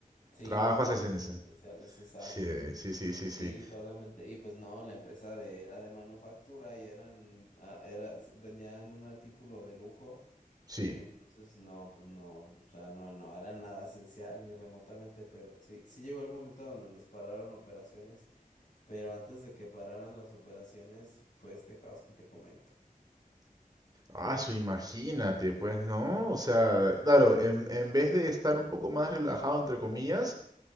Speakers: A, on the left; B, on the right.
A: Sí,
B: Trabajos
A: trabajos
B: esenciales.
A: esenciales, exacto.
B: Sí, sí, sí, sí,
A: Sí,
B: sí.
A: solamente. Y pues no, la empresa de, era de manufactura y eran, ah, era, s- vendían un artículo de lujo.
B: Sí.
A: Entonces, no, pues no, o sea, no, no era nada esencial ni remotamente, pero sí, sí llegó el momento donde nos pararon operaciones. Pero antes de que pararan las operaciones, fue este caos que te comento.
B: Ah, su, imagínate, pues, ¿no? O sea, claro, en, en vez de estar un poco más relajado, entre comillas,